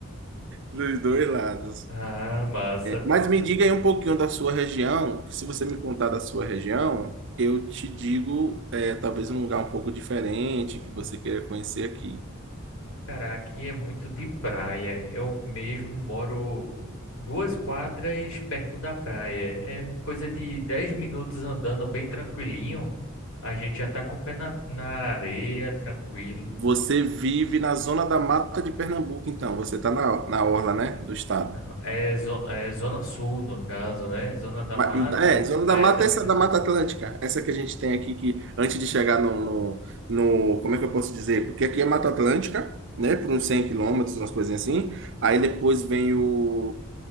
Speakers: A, on the right; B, on the left.
A: dos dois lados.
B: Ah, massa.
A: Mas me diga aí um pouquinho da sua região, que se você me contar da sua região, eu te digo, é, talvez um lugar um pouco diferente que você queira conhecer aqui.
B: Cara, aqui é muito de praia. Eu mesmo moro duas quadras perto da praia. É coisa de 10 minutos andando bem tranquilinho. A gente já tá com o pé na, na areia, tranquilo.
A: Você vive na zona da mata de Pernambuco, então. Você está na, na orla, né, do estado.
B: Não, é, zo- é Zona Sul, no caso, né? Zona da
A: Ma-
B: Mata.
A: É, zona
B: É,
A: da mata,
B: descendo.
A: essa é da Mata Atlântica. Essa que a gente tem aqui, que antes de chegar no, no, no- como é que eu posso dizer? Porque aqui é Mata Atlântica, né, por uns 100 quilômetros, umas coisinhas assim. Aí depois vem o